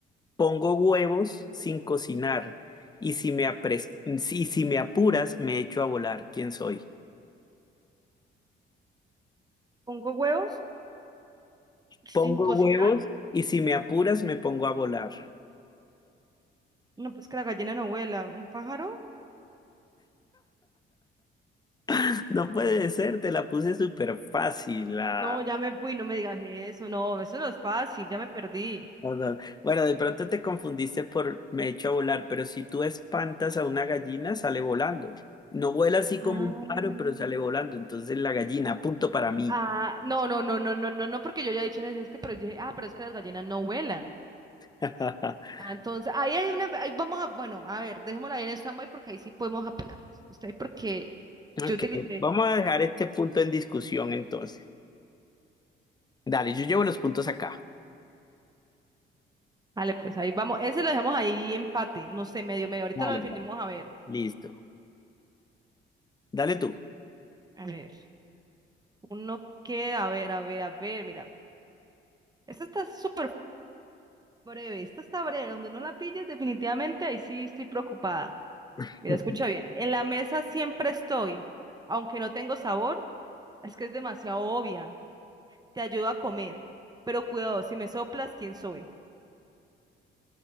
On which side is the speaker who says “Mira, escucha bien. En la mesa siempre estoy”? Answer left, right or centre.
Right